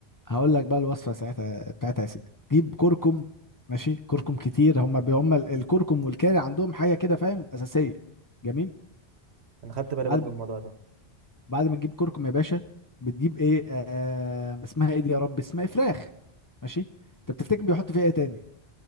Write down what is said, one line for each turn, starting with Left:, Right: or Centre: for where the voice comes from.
Left: هقول لك بقى الوصفه ساعتها بتاعتها يا سيدي جيب كركم ماشي كركم كتير هم هم الكركم والكاري عندهم حاجه كده فاهم اساسيه جميل
Right: انا خدت بالي
Left: بعد
Right: برضو
Left: ما-
Right: من الموضوع ده
Left: بعد ما تجيب كركم يا باشا بتجيب ايه آه اسمها ايه دي يا رب اسمها إيه؟ فراخ ماشي انت بتفتكر بيحط فيها ايه تاني